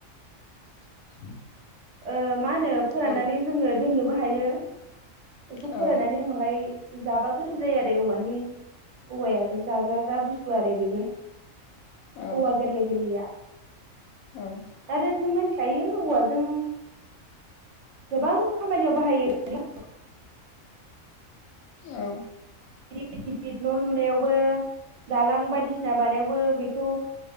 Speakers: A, on the left; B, on the right.
A: <inaudible>
B: ओ मा होनो फोराननानै
A: औ
B: जोङो दोननोबो हायो बेखौ
A: औ
B: फोराननानै उनावहाय जाबा गोथाव जायो आरो औवानि औवायाबो जाजाग्रा बुस्थु आरो बेबो
A: औ
B: औवा गोरलै गोरलैया
A: औ
B: आरो जों मानथिखायो औवाजों गोबां खामानियाव बाहायो होननानै <unintelligible>
A: औ
B: गिदिर गिदिर न' लुनायावबो दालां बायदिसिना बानायावबो बेखौ